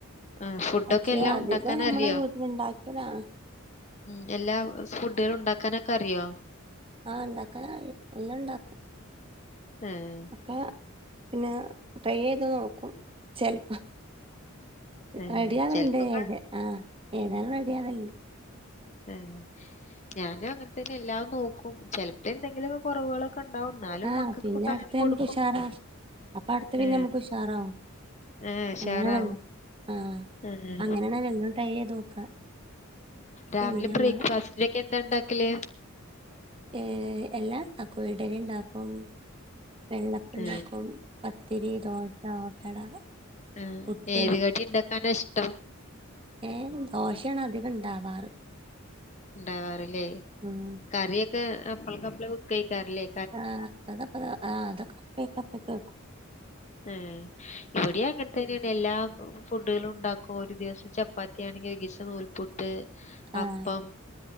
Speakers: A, on the left (about 35°); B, on the right (about 25°).
A: ആഹ് ഫുഡൊക്കെ
B: പക്ഷെ
A: എല്ലാം
B: അധികം
A: ഉണ്ടാക്കാൻ
B: നമ്മളെവീ
A: അറിയോ
B: ഇത് ഉണ്ടാക്ക്ന്ന് യാണ്.
A: ഉം എല്ലാ ഫുഡുകൾ ഉണ്ടാക്കാനൊക്കെ അറിയോ?
B: ആഹ് ഉണ്ടാക്കാനറിയാം എല്ലാം ഇണ്ടാക്കും.
A: ഏഹ്
B: ഒക്കെ പിന്നെ ട്രൈ ചെയ്ത് നോക്കും ചെലപ്പം
A: ഏഹ്
B: റെഡി ആവലുണ്ട്
A: ചെലപ്പൊക്കെ
B: ഏത് ആഹ് ഏതും റെഡി ആവല്ണ്ട്.
A: ആ ഞാനും അങ്ങനെ തന്നെ എല്ലാം നോക്കും ചിലപ്പോ എന്തെങ്കിലും കുറവുകളൊ ണ്ടാവും എന്നാലും
B: ആഹ്
A: മക്കൾക്ക്
B: പിന്നെ
A: ഒക്കെ
B: അടുത്ത
A: അങ്ങനെ കൊടുക്കും
B: നമുക്ക് ഉഷാറാ അപ്പൊ അടുത്ത പിന്നെ
A: ഏ
B: നമുക്ക് ഉഷാറാവും
A: ആഉ ഷാ
B: അങ്ങനെയണല്ലോ
A: റാവും
B: ആഹ്
A: ആഏ
B: അങ്ങനെയാണല്ലോ എല്ലാം ട്രൈ ചെയ്ത് നോക്ക
A: രാവിലും
B: പിന്നെ നമ്മള്
A: ബ്രേക്ക്ഫാസ്റ്റിനൊക്കെ എന്താ ഉണ്ടാക്കല്
B: ഏ എല്ലാ ഉണ്ടാക്കും ഇഡലി ഉണ്ടാക്കും വെള്ളപ്പണ്ടാക്കും
A: ഏഹ്
B: പത്തിരി ദോശ ഓട്ടട
A: ആ
B: പുട്ട്
A: ഏത് കടി ഉണ്ടാക്കാനോ ഇഷ്ടം
B: ഏഹ ദോശയാണ് അധികം ഇണ്ടാവാറ്
A: ഉണ്ടാവാറ് ല്ലേ
B: ഉം
A: കറിയൊക്കെ അപ്പളക്കെപപ്പളെ വെക്കും ആയികാരം ല്ലേ
B: ആഹ അപ്പപ്പ ആ അതൊക്കെക്കയപ്പോ വവെക്കും
A: ഉ ഇവിടെഅങ്ങന പി ന്നെയണ്ട് എല്ലാ ഫുഡുകളും ഉണ്ടാക്കും ഒരു ദിവസം ചപ്പാത്തി ആണെങ്കിൽ ഒരു ദിവസം നൂൽപുട്ട് ട്ട്
B: ആഹ്
A: അപ്പം